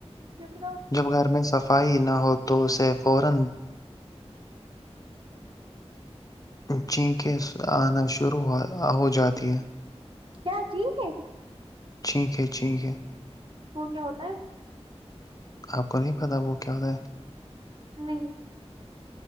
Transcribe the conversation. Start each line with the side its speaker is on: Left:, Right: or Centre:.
Right: ج پھر
Left: جب گھر میں صفائی نہ ہو تو اسے فورا چینک آنا شروع ہو ہو جاتی ہے
Right: کیا چین کے
Left: چھیھیک ہے چھیھیک ہے
Right: وہ کیا ہوتا ہے
Left: آپ کو نہیں پتا وہ کیا ہو رہ ہے
Right: نہیں